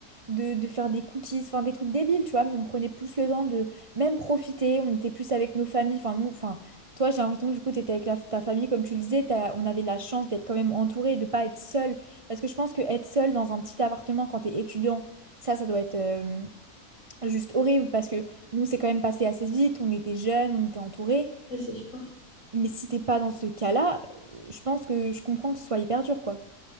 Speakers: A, on the right; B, on the left.
A: De, de faire des cookies, enfin des trucs débiles, tu vois, mais on prenait plus le temps de même profiter, on était plus avec nos familles, enfin nous, enfin toi, j'ai l'impression que du coup, tu étais avec la- ta famille, comme tu le disais, t'as- on avait la chance d'être quand même entouré, de pas être seul. Parce que je pense que être seul dans un petit appartement quand t'es étudiant, ça, ça doit être euh, juste horrible. Parce que nous, c'est quand même passé assez vite, on était jeunes, on était entourés.
B: Ouais, C'est sûr.
A: Mais si t'es pas dans ce cas-là, euh, je pense que je comprends que ce soit hyper dur, quoi.